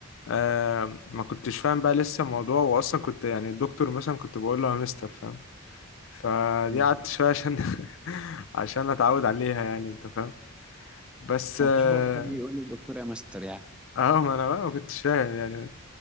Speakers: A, on the left; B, in the centre.
A: آه ما كنتش فاهم بقى لسه الموضوع واصلا كنت يعني الدكتور مثلا كنت بقول له يا مستر فاهم فدي
B: مم.
A: قعدت شويه عشان <laughs> عشان اتعود عليها يعني انت فاهم بس
B: مفيش
A: اه
B: برضه حد يقول للدكتور يا مستر يعني
A: آه، ما انا بقى ما كنتش فاهم يعني